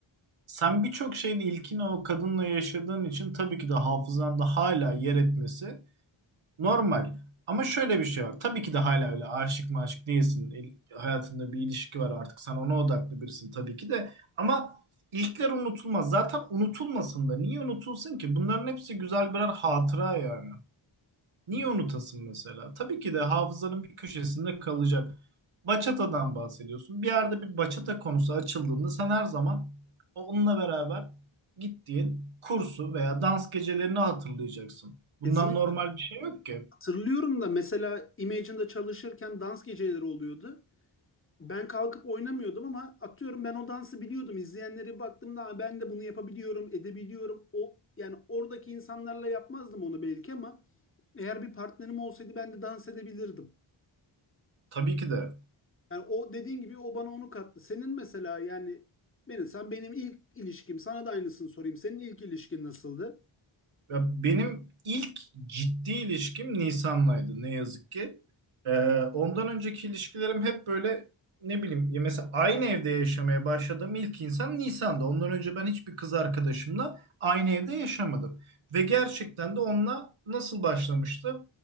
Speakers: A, on the right; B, on the left.
A: Sen birçok şeyin ilkini o kadınla yaşadığın için tabii ki de hafızanda hala yer etmesi normal. Ama şöyle bir şey var. Tabii ki de hala öyle aşık maşık değilsin. El- hayatında bir ilişki var artık. Sen ona odaklı birisin tabii ki de. Ama ilkler unutulmaz. Zaten unutulmasın da. Niye unutulsun ki? Bunların hepsi güzel birer hatıra yani. Niye unutasın mesela? Tabii ki de hafızanın bir köşesinde kalacak. Bachata'dan bahsediyorsun. Bir yerde bir bachata konusu açıldığında sen her zaman onunla beraber gittiğin kursu veya dans gecelerini hatırlayacaksın. Bundan
B: Kesinlikle
A: normal bir şey yok ki.
B: hatırlıyorum da mesela Imagine'da çalışırken dans geceleri oluyordu. Ben kalkıp oynamıyordum ama atıyorum ben o dansı biliyordum. İzleyenlere baktığımda "Aa, ben de bunu yapabiliyorum, edebiliyorum. O yani oradaki insanlarla yapmazdım onu belki ama eğer bir partnerim olsaydı ben de dans edebilirdim.
A: Tabii ki de.
B: Yani o dediğin gibi o bana onu kattı. Senin mesela yani benim sen benim ilk ilişkim sana da aynısını sorayım. Senin ilk ilişkin nasıldı?
A: Ya benim ilk ciddi ilişkim Nisan'laydı ne yazık ki. Ee, ondan önceki ilişkilerim hep böyle ne bileyim ya mesela aynı evde yaşamaya başladığım ilk insan Nisan'da. Ondan önce ben hiçbir kız arkadaşımla aynı evde yaşamadım. Ve gerçekten de onunla nasıl başlamıştı?